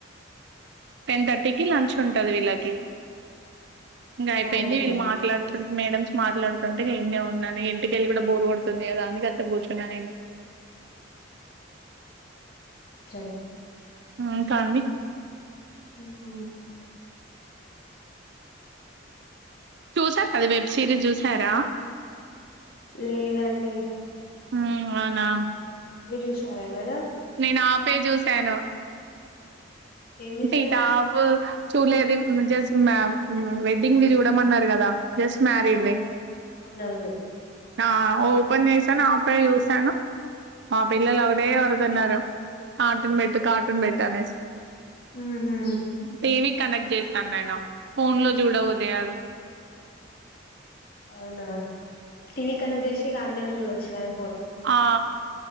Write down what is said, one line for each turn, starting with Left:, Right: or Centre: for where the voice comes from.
Right: టెన్ థర్టీకిి లంచ్ ఉంటాది వీళ్ళకి ఇగ అయిపోయింది
Left: అవునా
Right: వీళ్ళు మాట్లాడుతుంటే మేడమ్స్ మాట్లాడుతుంటే ఇని ఉన్నాను ఇంటికెళ్ళి కూడా బోరు కొడుతుంది కదా అని కాస్త కూర్చున్నాను నేను
Left: సరె
Right: ఇంకా అండి
Left: హమ్ హా
Right: చూసా కదా వెబ్ సిరీస్ చూసారా
Left: లేదండి
Right: హమ్ అవునా
Left: మీరు చూసారా ఏమైనా
Right: నేను హాఫ్ ఏ చూశాను
Left: ఏం చూసారు
Right: అంటే ఈ టేపు చూలేదు జస్ట్ మా వెడ్డింగ్ వి చూడమన్నారు కదా జస్ట్ మ్యారిడ్
Left: ఆ
Right: దే
Left: అవునవును
Right: ఆ ఓపెన్ చేసాను హాఫ్ ఏ చూసాను మా పిల్లలు ఒకటె అరుస్తున్నారు కార్టూన్ పెట్టు కార్టూన్ పెట్టు అనేసి
Left: హమ్ హా
Right: టీవీ కనెక్ట్ చేస్తాను నేను ఫోన్ లో చూడ ఉదిగదు
Left: అవునా టీవి కన చేసి ఇగ అంద జుడచ్చ గద
Right: ఆ